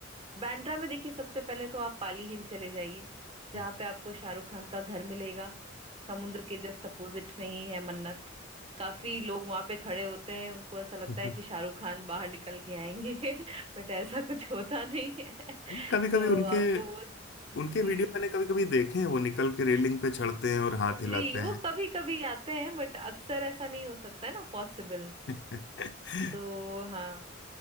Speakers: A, on the right; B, on the left.
A: बांद्रा में देखिए सबसे पहले तो आप पाली हिल चले जाइए जहाँ
B: ओके
A: पे आपको शाहरुख खान का घर मिलेगा समुद्र के जस्ट अपोजिट में ही है मन्नत काफी लोग वहां पे खड़े होते हैं उनको ऐसा
B: <laughs>
A: लगता है कि शाहरुख खान बाहर निकल के आएंगे <laughs> बट ऐसा कुछ होता नहीं है <laughs>
B: कभी कभी
A: तो
B: उनके
A: आपको वो
B: उनके
A: जी
B: वीडियो मैंने कभी कभी देखे हैं वो निकल के रेलिंग पे चढ़ते हैं और हाथ
A: जी
B: हिलाते
A: वो
B: हैं
A: कभी कभी आते हैं बट अक्सर ऐसा नहीं हो सकता है ना पॉसिबल
B: <laughs>
A: तो हाँ